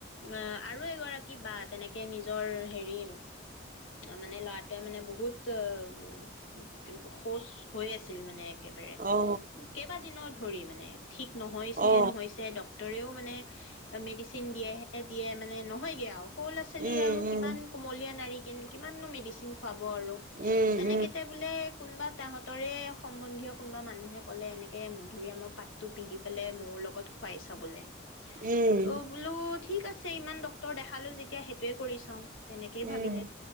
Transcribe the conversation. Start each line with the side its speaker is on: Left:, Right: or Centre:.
Left: অহ, আৰু এগৰাকী বা তেনেকে নিজৰ হেৰি মানে ল'ৰাটোৱে মানে বহুত, উম, শৌচ হৈ আছিল মানে একেবাৰে
Right: অ
Left: নধৰি মানে ঠিক নহৈছে
Right: অ
Left: হে নহৈছে ডক্ ডক্তৰেও মানে মেডিচিন দিয়েহে দিয়ে মানে নহয়গে আৰু। সৰু ল'ৰা -ছোৱলী
Right: উম
Left: আৰু কিমান
Right: উম
Left: কুমলীয়া নাৰী কিমাননো মেডিচিন খোৱা ব আৰু
Right: উম
Left: তেনেকে বোলে কোনোবা তাহতৰে সম্বন্ধীয় কোনোবা মানুহে ক'লে এনেকে তাকে মধুৰিআমৰ পাতটো পিহি পেলাই মৌৰ লগত খোৱাই চাবলৈ।
Right: উম উম
Left: তঅ বোলো ঠিক আছে ছে ইমান ডক্তৰ দেখালো যেতিয়া সেইটোয়ে কৰি চাওঁ। তেনেকেই
Right: উম
Left: ভাবিলে